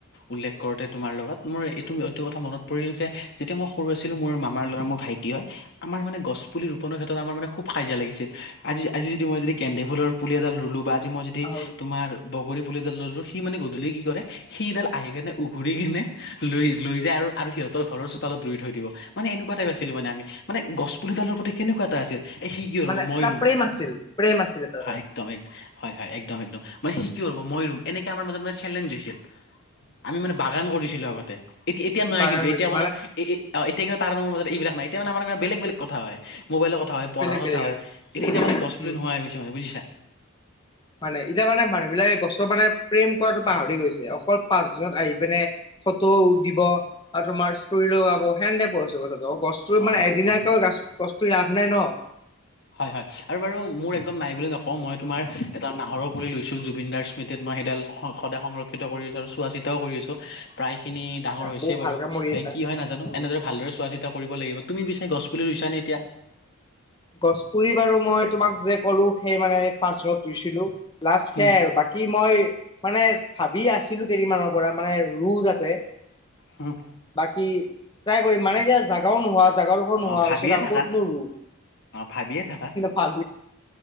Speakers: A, on the left; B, on the left.
A: উল্লেখ কৰোতে তোমাৰ লগত মোৰ এইটো এইটো কথা মনত পৰিল যেতিয়া মই সৰু আছিলো মোৰ মামাৰ ল'ৰা মোৰ ভাইটি হয় আমাৰ মানে গছ পুলি ৰোপনৰ ক্ষেত্ৰত আমাৰ মে খুব খাজা লাগিছিল আজ আজি যদি মই যদি গে ফুলৰুলি এডাল লো বা আজিই যদি
B: অ
A: তোমাৰ বগৰী পুলিডাল সি মানে গধূলি কি কৰে সিডাল আহি কেনে উঘুৰি কিনে লৈ লৈ যায় আৰু সিহঁতৰ ঘৰৰ চোতালত ৰুই থৈ দিব মানে এনেকুৱাটাই আছিলো মানে আমিানে গছপুলিডালৰ প্ৰতি কেনেকুৱা এটা আছিল এ সি কি
B: মানে
A: ৰ'ব ময়
B: এটা
A: ৰুম
B: প্ৰেম আছিল প্ৰেম আছিল এটা
A: একদম একম হয়, হয়, একদম একদম মানে স কি ৰব মই ৰুম এনেক আমাৰ মাজত মানে চেলেঞ্জ হৈছিল, আমি মানে বাগান কৰিছিলো আগতে এতি এতিয়া নোৱাই
B: বাগান
A: কিন্তু
B: কৰিছো
A: এতিয়া মানে এ এতিয়া কিন্তু তাৰ মোৰ মাজত এইবাক নাইতিয়া মানে আাৰ কাৰণ বেলেগ বেলেগ কথা হয় মোবাইলৰ কথা হয় পঢ়াৰ
B: বেলেগ বেলেগ
A: কথা হয়
B: আৰু
A: এতিয়া এতিয়া মানে, গছপুলি
B: উম
A: নোহোৱা হৈ গৈছে মানে বুজিছা
B: মানে এতিয়া মানে মানুহবিলাকে গছৰ মানে প্ৰেম কৰাতো পাহৰি গৈছে, অকল পাচ দিনত আহি পিনে ফটো দিব আৰু তোমাৰ ষ্ট লগাব হেনে ত গছটো
A: অ
B: মানে এদিনাক
A: অ
B: গছৰ লাভ নাই ন
A: হয়, হয়, আৰু বাৰু মোৰ একদম নাই বুলি নকওঁ মই তোমাৰ এটা নাহৰৰ পুলি লৈছো জুবিন দাৰ্ স্মৃতিত মই সেইডাল সদায় সংৰক্ষিত কৰিছোঁ আৰু চোৱা চিতাও কৰিছোঁ প্ৰায় খিনি
B: আচ্ছা
A: ডাঙৰ হৈছে
B: বহুত ভালকে
A: বাৰু,
B: মৰি
A: বা
B: আছা
A: কি হয় নাজানো
B: উম
A: এনেদৰে ভালদৰে চোৱা চিতা কৰিব লাগিব তুমি বিচছ গছুলি ইছ নে এতিয়া
B: গছ পুৰি বাৰু মই তোমাক যে ক'লো সেই মানে পাচজনত ৰুইছিলো লাষ্ট
A: উম
B: সেয়াই আৰু বাকী স মই মানে ভাবি আছিলোঁ কেইদিনমানৰ পৰা মানে ৰুওঁ যাতে
A: উম,
B: বাকী ট্ৰাই কৰিম মানে যে জাগাও নোহোৱা জাগাৰ ওবৰ নোহোৱা
A: অ ভাবিয়ে
B: হৈছে
A: থাকা
B: ক'তনো ৰো
A: অ ভাবিয়ে থাকা
B: পাল